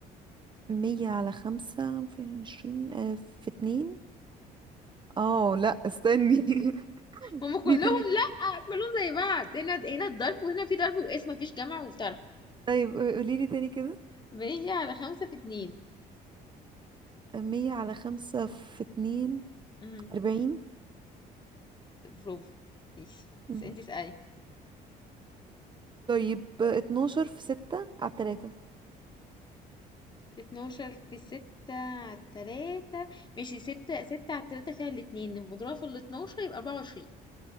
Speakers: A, on the right; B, on the left.
A: مية على خمسة في عشرين آه في اتنين اه لا استني <laughs>
B: هُم كلّهم
A: دي تاني
B: لأ، كلّهم زي بعض، هنا هنا الضرب وهنا في ضرب وقِسْم ما فيش جمع وطرح.
A: طيب قوليلي تاني كده
B: بقية على خمسة في اتنين
A: مية على خمسة في اتنين
B: امم
A: أربعين
B: برافو ماشي
A: مم.
B: بس انتي اسألي
A: طيب اتناشر في ستة على التلاتة
B: اتناشر في ستة على التلاتة ماشي ستة ستة على التلاتة فيها الاتنين مضروبة في الاتناشر يبقى أربعة وعشرين